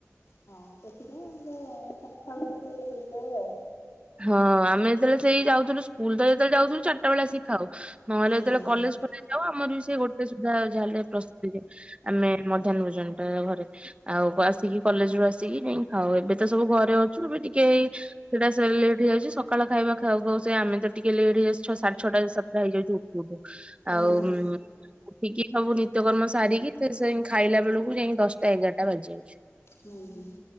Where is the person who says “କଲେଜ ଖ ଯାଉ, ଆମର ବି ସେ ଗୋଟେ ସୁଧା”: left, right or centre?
Right